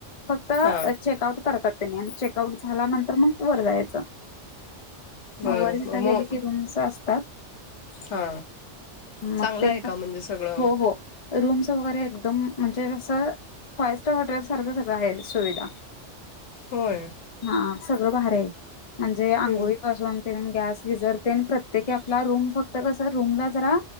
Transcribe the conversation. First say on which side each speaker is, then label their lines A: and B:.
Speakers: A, on the left; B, on the left.
A: फक्त
B: हा
A: चेक आउट करतात त्यांनी आण चेकआउट झाल्यानंतर मग वर जायचं
B: बरं
A: मग वर तिथं गेल
B: मो
A: की रूम्स असतात.
B: हा
A: मग
B: चांगलं
A: ते
B: आहे का
A: पण
B: म्हणजे सगळं.
A: हो हो रूम्स वगैरे एकदम म्हणजे कसं फाइव्हस्टार हॉटेल सारखं सगळं आहे सुविधा.
B: होय
A: हा सगळं भारी आहे म्हणजे आंघोळी
B: हम्म
A: पाासून तेन गॅस गिझर तेन प्रत्येकी आपला रूम फक्त कस रुमला जरा